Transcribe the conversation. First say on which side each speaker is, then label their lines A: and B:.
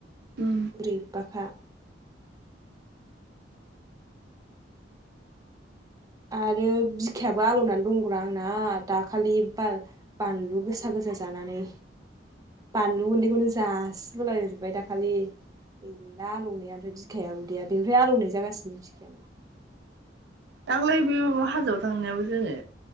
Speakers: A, on the right; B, on the right.
A: उम
B: बोरैबाखा, आरो बिखायाबो आलौनानै दंग्रा आंना दाखालि बाल बानलु गोसा गोस गोस जानानै बानलु गुन्दैखौनो जासिबोला जोब्बाय दाखालि गैला आलौनाया ओमफ्राय बिखाया उदैया बेनिफ्राय आलौनाय जागासिनो बिखायाबो ।
A: दांखालै बे माबा हाजोआव थांनायाबो जोङो